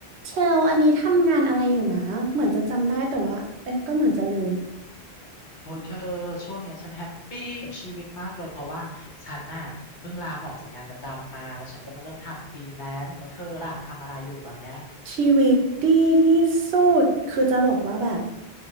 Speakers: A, on the right (about 75°); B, on the left (about 50°).
A: เชล อันนี้ทำงานอะไรอยู่นะเหมือนจะจำได้แต่ว่าเอ๊ะก็เหมือนจะลืม
B: โอ้ยเธอช่วงเนี้ยฉันแฮปปี้กับชีวิตมากเลยเพราะว่าฉันน่ะเพิ่งลาออกจากงานประจำมาแล้วฉันก็มาเริ่มทำฟรีแลนซ์แล้วเธอล่ะทำอะไรอยู่ตอนเนี้ย
A: <laughs> ชีวิตดีที่สุดคือจะบอกว่าแบบ